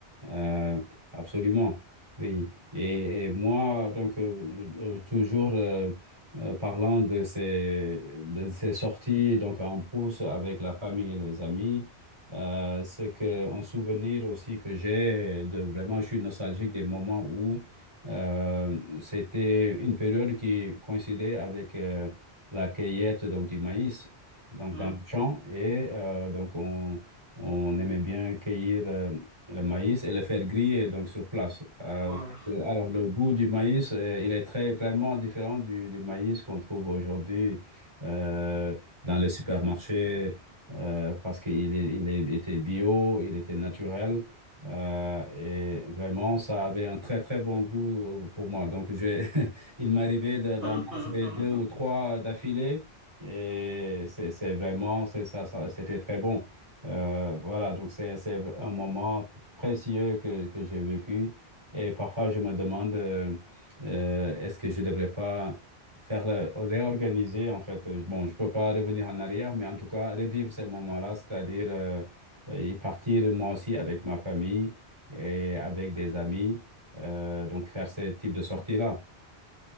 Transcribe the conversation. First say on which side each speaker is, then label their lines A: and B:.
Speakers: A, on the right; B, on the right.
A: Euh, absolument. Oui. Et, et moi, donc, euh, euh, toujours euh, euh, parlant de ces, de ces sorties donc en brousse avec la famille et les amis, euh, c'est que un souvenir aussi que j'ai de vraiment, je suis nostalgique des moments où. Euh, c'était une période qui coïncidait avec euh, la cueillette donc, du maïs donc,
B: Mmh.
A: dans le champ Et euh, donc, on, on aimait bien cueillir euh, le maïs et le faire griller donc, sur place. Euh,
B: Ouais,
A: c'était-
B: ouais.
A: alors, le goût du maïs, euh, il est très, vraiment différent du, du maïs qu'on trouve aujourd'hui euh, dans les supermarchés euh, parce qu'il est- il est- était bio, il était naturel. Euh, et vraiment, ça avait un très, très bon goût euh, pour moi. Donc, j'ai, <laughs> il m'arrivait de- d'en
B: <laughs>
A: manger deux ou trois d'affilée. Et c'est c'est vraiment, c'est ça, ça- c'était très bon. Euh, voilà, donc c'est c'est un moment précieux que, que j'ai vécu. Et parfois, je me demande, euh, euh, est-ce que je ne devrais pas faire le, réorganiser, en fait. Euh, Bon, je ne peux pas revenir en arrière, mais en tout cas, revivre ces moments-là, c'est-à-dire... euh, euh, y partir moi aussi avec ma famille et avec des amis, euh, donc faire ce type de sortie-là.